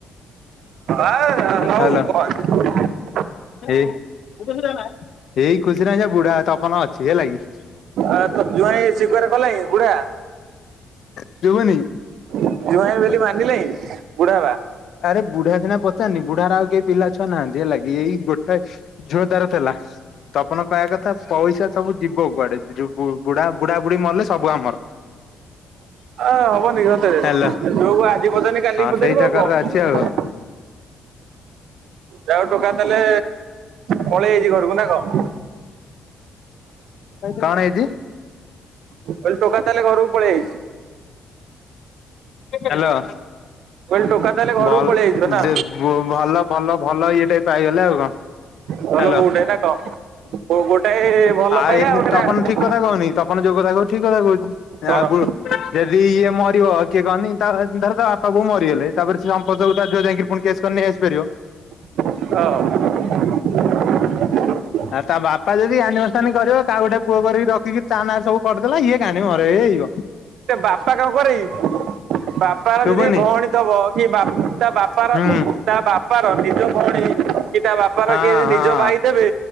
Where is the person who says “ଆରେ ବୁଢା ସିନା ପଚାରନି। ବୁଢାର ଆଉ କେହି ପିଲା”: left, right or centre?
Left